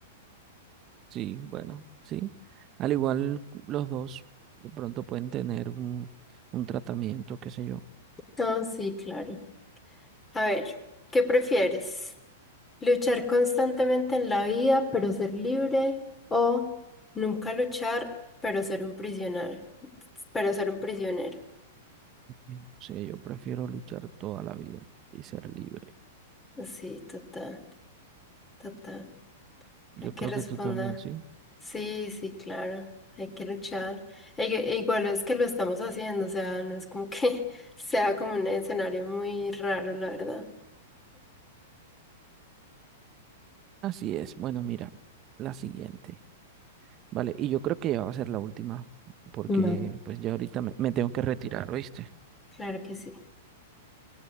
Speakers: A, on the right; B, on the left.
A: Sí, bueno, sí. Al igual los dos de pronto pueden tener un, un tratamiento, qué sé yo.
B: Ah, sí, claro. A ver, ¿qué prefieres? Luchar constantemente en la vida, pero ser libre, o nunca luchar, pero ser un prisionero, pero ser un prisionero.
A: Sí, Sí, yo prefiero luchar toda la vida y ser libre.
B: Sí, total, total.
A: Yo
B: Hay que
A: creo
B: responder.
A: que tú también, sí.
B: Sí, sí, claro. Hay que luchar. E- e igual es que lo estamos haciendo, o sea, no es como que <laughs> sea como un escenario muy raro, la verdad.
A: Así es. Bueno, mira, la siguiente. Vale, y yo creo que ya va a ser la última, porque
B: Vale,
A: pues ya ahorita me, me tengo que retirar, ¿oíste?
B: claro que sí.